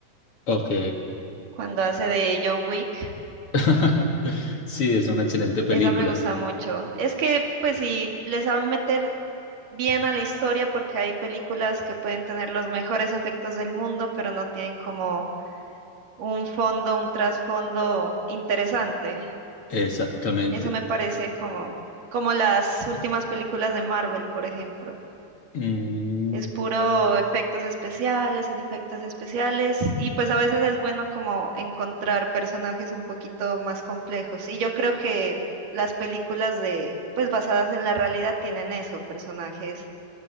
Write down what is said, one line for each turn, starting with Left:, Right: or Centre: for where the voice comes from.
Left: Ok.
Right: cuando hace de John Wick.
Left: <laughs> Sí, es una excelente película.
Right: Esa me gusta mucho. Es que, pues, sí, le saben meter bien a la historia porque hay películas que pueden tener los mejores efectos del mundo, pero no tienen como un fondo, un trasfondo interesante.
Left: Exactamente.
Right: Eso me parece como, como las últimas películas de Marvel, por ejemplo.
Left: Mm,
Right: Es puro efectos especiales, efectos especiales, y pues a veces es bueno como encontrar personajes un poquito más complejos. Y yo creo que las películas de, pues basadas en la realidad tienen eso, personajes